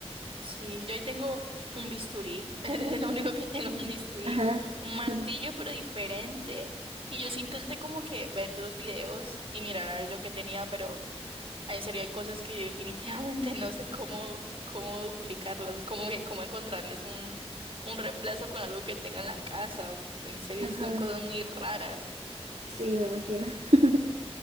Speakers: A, on the right; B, on the right.
A: Sí, yo ahí tengo un bisturí, <laughs> es lo único que tengo un bisturí,
B: Ajá.
A: un
B: <laughs>
A: martillo pero diferente. Y yo sí intenté como que ver los videos y mirar a ver yo qué tenía, pero en serio hay cosas que yo definitivamente <laughs> no sé cómo, cómo duplicarlas, cómo, que- cómo encontrarles un, un reemplazo con algo que tenga en la casa. En serio
B: Ajá.
A: son cosas muy raras,
B: Sí, me imagino. <laughs>